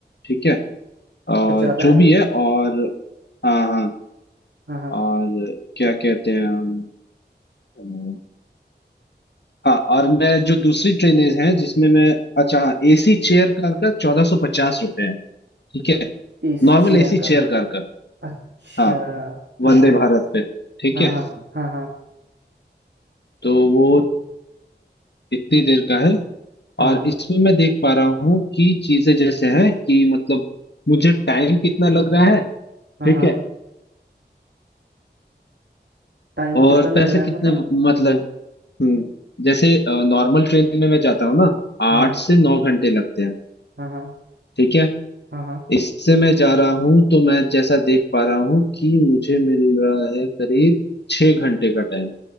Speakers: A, on the left; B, on the right.
A: ठीक है अ,
B: अच्छा ज्यादा
A: जो
B: है
A: भी है और हाँ हाँ
B: हाँ हाँ
A: और क्या कहते हैं अम, अ, हाँ और मैं जो दूसरी ट्रेनें हैं जिसमें मैं अच्छा हाँ एसी चेयर कार का चौदह सौ पचास रुपये है ठीक है
B: एसी
A: नॉर्मल
B: चेयर
A: एसी चेयर
B: का का-
A: कार का
B: अच्छा
A: हाँ
B: हाँ
A: वंदे
B: हाँ
A: भारत पे ठीक
B: हाँ
A: है
B: हाँ हाँ हाँ
A: तो वो इतनी देर का है
B: हाँ
A: और
B: हाँ
A: इसमें मैं देख पा रहा हूँ कि चीजें जैसे है कि मतलब मुझे टाइम कितना लग रहा है
B: हाँ
A: ठीक
B: हाँ
A: है
B: टाइम
A: और
B: कितना
A: पैसे
B: लग रहा
A: कितने
B: है मतलब
A: मतलब हम्म जैसे नॉर्मल ट्रेन में मैं जाता हूँ ना आठ
B: हाँ
A: से नौ घंटे लगते हैं
B: हाँ हाँ
A: ठीक है
B: हाँ हाँ
A: इससे मैं जा रहा हूँ तो मैं जैसा देख पा रहा हूँ कि मुझे मिल रहा है करीब छह घंटे का टाइम